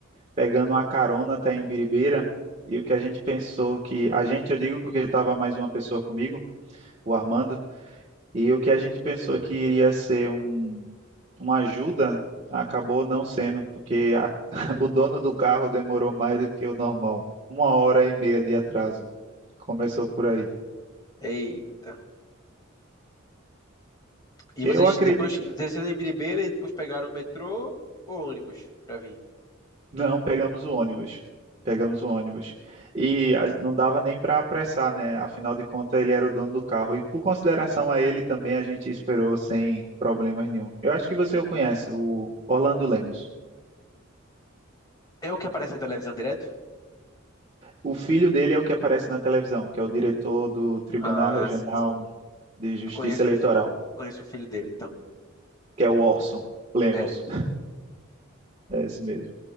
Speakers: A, on the right; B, on the left.
A: pegando uma carona até em Biribeira. E o que a gente pensou que. A gente, eu digo porque estava mais uma pessoa comigo, o Armando, e o que a gente pensou que iria ser um, uma ajuda, acabou não sendo, porque a- <laughs> o dono do carro demorou mais do que o normal. Uma hora e meia de atraso. Começou por aí.
B: Eita. E
A: Eu
B: vocês
A: acredito.
B: depois desceram em Biribeira e depois pegaram o metrô ou ônibus pra vir?
A: Não, pegamos o ônibus. Pegamos o ônibus. E a- não dava nem para apressar, né? Afinal de contas, ele era o dono do carro. E por consideração a ele também, a gente esperou sem problemas nenhum. Eu acho que você o conhece, o Orlando Lemos.
B: É o que aparece na televisão direto?
A: O filho dele é o que aparece na televisão, que é o diretor do Tribunal
B: Ah,
A: Regional
B: sim, sim.
A: de Justiça
B: Eu conheço,
A: Eleitoral,
B: o fi- conheço o filho dele, então.
A: que é o Orson Lemos.
B: É.
A: <laughs> É esse mesmo.